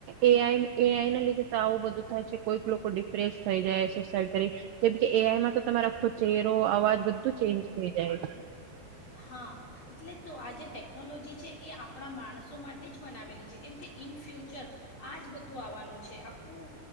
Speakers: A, on the right; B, on the left.
A: એ આઈ એ આઈ ના લીધે તો આવું બધું થાય છે કોઈક લોકો ડિપ્રેસ થઈ જાય સરકરી જેમ કે એ આઈમાં તો તમારે આખો ચેરો અવાજ બધું ચેન્જ થઈ જાય છે.
B: હા એટલે જ તો આ જે ટેકનોલોજી છે એ આપણા માણસો માટે જ બનાવેલી છે કેમ કે ઇન ફ્યુચર આ જ બધું આવવાનું છે આખું